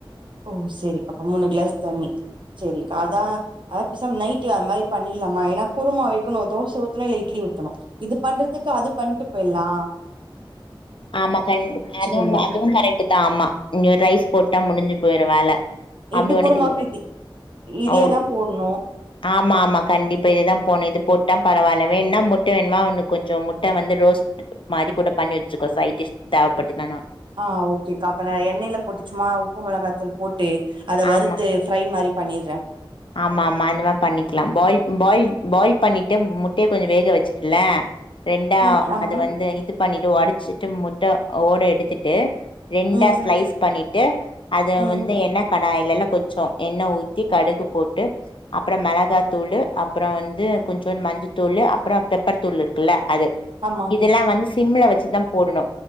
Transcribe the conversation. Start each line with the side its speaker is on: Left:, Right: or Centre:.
Right: ஓ செரிக்கா அப்பா மூணு க்ளாஸ் தண்ணி செரிக்கா அதா அத பெசாம நைட்ல அந் மாரி பண்ணில்லாமா ஏனா குமா வெக்கணு தோச ஊத்தணு இல்ல இட்லி ஊத்தணு இது பண்றதுக் அது பண்ட்டு போய்ல்லா
Left: ஆமா கண்டிப் அதுவும்
Right: இருந்தே
Left: அதுவும் கரெக் ட்டு தா ஆமா இந்ய ரைஸ் போட்டா முடிஞ்சு போய்ரு வேல
Right: எப்டி
Left: அப்டி உனக்கு
Right: குருமாக்கு இத் இதேதா
Left: ஓ
Right: போட்ணு
Left: ஆமா ஆமா கண்டிப்பா இதுதா போணு இது போட்டா பரவால்ல வேண்ணா முட்ட வேணுமா உன்னுக் கொஞ்சொ முட்ட வந்து ரோஸ்ட் மாரி கூட பண்ணி வெச்சுக்கோ சைடிஷ் தேவப்பட்டுதானா
Right: ஆ ஓகேக்கா அப்ப நா எண்ணெய்ல போட்டு சும்மா உப்பு மொளகாத்தூள் போ ட்டு அத வறுத்து
Left: ஆமா
Right: ஃப்ரை மாரி பண்ணிற்றே
Left: ஆமா ஆமா அந்த மாரி பண்ணிக்லாம் பாயில் பாயில் பாயில் பண்ணிட்டு முட்டய கொஞ்ச வேக வெச்சுட்டுல ரெண்டா
Right: ம் ஆமா
Left: அது வந்து இது பண்ணிட்டு ஒடச்சிட்டு முட்ட ஓட எடுத்துட்டு ரெண்டா
Right: ம்
Left: ஸ்லைஸ் பண்ணிட்டு அத
Right: ம்
Left: வந்து எண்ணெ கடாய்லெல்லா கொஞ்சோ எண்ணெ ஊத்தி கடுகு போட்டு அப்புறம் மெளகாத்தூளு அப்புற வந்து கொஞ்சுன் மஞ்சத்தூளு அப்புறோ பெப்பரு தூள் இருக்குல்ல அது
Right: ஆமா
Left: இதெல்லா வந்து சிம்மில வெச்சுதா போடணு